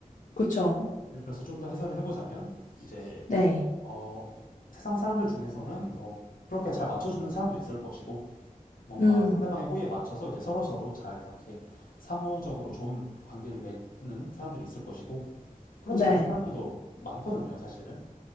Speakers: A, on the left (about 65°); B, on the left (about 80°).
A: 그쵸?
B: 그래서 좀 더 해설을 해보자면 이제
A: 네,
B: 어, 세상 사람들 중에서는 뭐 그렇게 잘 맞춰주는 사람도 있을 것이고 뭔가
A: 음,
B: 상대방의 호의에 맞춰서 이제 서로서로 잘 이렇게 상호적으로 좋은 관계를 맺는 사람들이 있을 것이고 그렇지
A: 네,
B: 않은 사람들도 많거든요, 사실은.